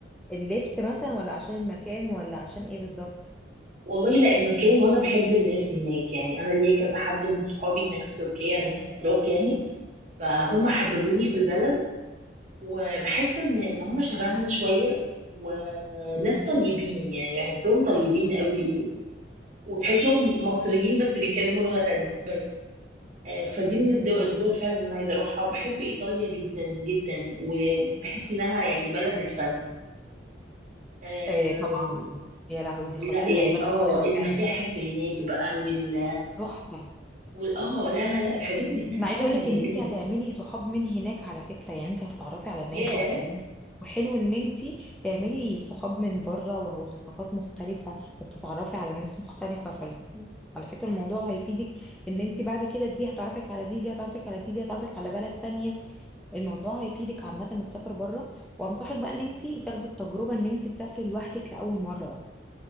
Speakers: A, in the centre; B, on the right (about 40°).
A: اللبس مثلا ولا عشان المكان ولا عشان ايه بالظبط
B: والله لا المكان وانا بحب الناس هناك يعني انا ليا كذا حد من صحابي هناك في تركيا ناس اتراك يعني فهم حببوني في البلد وبحس ان ان هم شبهنا شويه وناس طيبين يعني بحسهم طيبين قوي وتحسهم مصريين بس بيتكلموا لغه تانية بس آه، فدي من الدو- الدول فعلا اللي انا عايزه اروحها بحب ايطاليا جدا جدا وبحس انها يعني بلد الفن آم،
A: آه طبعا يا لهوي دي
B: لا
A: خطيرة
B: يعني
A: هي بلد
B: اه
A: فعلا
B: المتاحف
A: فعلا
B: هناك بقى وال
A: تحفة
B: وال- اه لا لا لا الحاجات اللي هناك
A: انا
B: فعلا
A: عايزه اقولك
B: جميله
A: ان انت هتعملي صحاب من هناك على فكره يعني انت هتتعرفي على ناس
B: ياه
A: وهتعملي وحلو ان انت تعملي صحاب من بره وهو ثقافات مختلفه وبتتعرفي على ناس مختلفه فال... على فكره الموضوع هيفيدك ان انت بعد كده دي هتعرفك على دي دي هتعرفك على دي دي هتعرفك على بلد تانية الموضوع هيفيدك عامه السفر بره وانصحك بقى ان انت تاخدي التجربه ان انت تسافري لوحدك لاول مره بقى